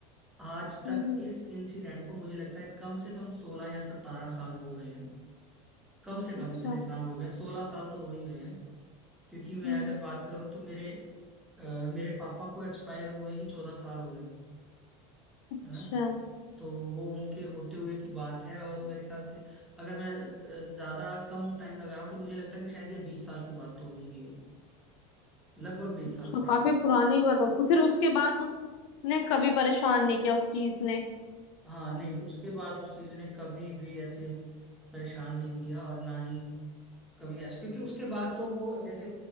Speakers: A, in the centre; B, on the left (about 70°).
A: आज
B: हम्म
A: तक
B: हम्म
A: इस इंसिडेंट को मुझे लगता है कम से कम सोलह या सतारह साल हो गए कम से कम
B: अच्छा
A: इतने साल हो गए सोलह साल तो हो ही गए हैं क्योंकि मैं
B: हम्म
A: अगर बात करूं तो मेरे अ, मेरे पापा को एक्सपायर हुए ही चौदह साल हो गए हैं,
B: अच्छा
A: है ना तो वो उनके होते हुए की बात है और मेरे ख्याल से अगर मैं अ, ज्यादा कम टाइम लगा रहा हूँ तो मुझे लगता है कि शायद ये बीस साल की बात तो हो ही गई होगी लगभग बीस
B: अच्छा
A: साल पुरानी
B: काफी पुरानी बात हो- फिर उसके बाद उसने कभी परेशान नहीं किया उस चीज ने
A: हाँ नहीं उसके बाद उस चीज ने कभी भी ऐसे परेशान नहीं किया और ना ही कभी ऐसे क्योंकि उसके बाद तो वो जैसे